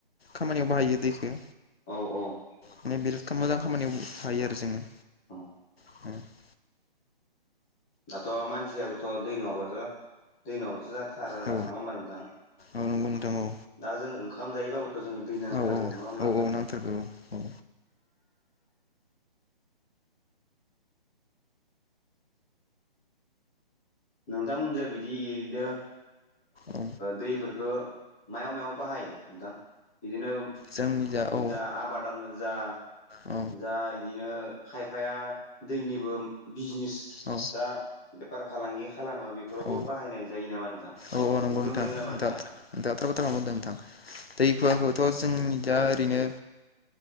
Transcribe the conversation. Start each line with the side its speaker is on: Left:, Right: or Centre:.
Left: खामानियाव बाहायो दैखो।
Centre: औ औ
Left: माने बिराद मोजां खामानियाव हायो आरो जोङो
Centre: औ
Left: <unintelligible>
Centre: दाथ' मानसियाबोथ' दै नङाबाथ' दैनावथ' जाथारा नङा
Left: औ
Centre: होमबा नोंथां।
Left: औ नंगौ नोंथां औ
Centre: दा जों ओंखाम जायोबाबोथ' जों दै नांथारगौ
Left: औ
Centre: नङा होमबा
Left: औ
Centre: ना?
Left: औ औ
Centre: नोंथांमोनजों बिदि ओरैनो
Left: औ
Centre: दै फोरखो मायाव मायाव बाहायो नोंथां बिदिनो
Left: जोंनि औ
Centre: जा आबादानो जा
Left: औ
Centre: जा बिदिनो खायफाया दैनिबो बिजनेस,
Left: औ
Centre: जा बेफार फालांगि खालामो बेफोरावबो
Left: औ
Centre: बाहायनाय जायो नामा नोंथां?
Left: औ औ नंगौ
Centre: नुनो
Left: नोंथां
Centre: मोनो
Left: <unintelligible>
Centre: नामा नोंथाङा?
Left: <unintelligible> नोंथां दै खुवाखौथ' जोंनि दा ओरैनो